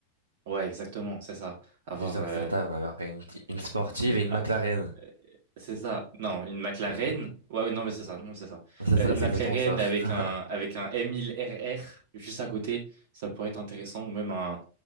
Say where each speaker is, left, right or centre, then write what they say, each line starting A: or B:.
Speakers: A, on the right; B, on the right.
A: Ouais, exactement, c'est ça. Avoir.
B: Jason
A: euh,
B: Statham, alors, une, une sportive et une
A: Ah,
B: McLaren.
A: euh, c'est ça. Non, une McLaren.
B: Voilà.
A: Ouais, ouais, non, mais c'est ça. Non, c'est ça.
B: C'est
A: Euh,
B: ça,
A: une
B: c'est
A: McLaren
B: exactement ça.
A: avec
B: <laughs>
A: un, avec un M1000RR juste à côté, ça pourrait être intéressant. Ou même un,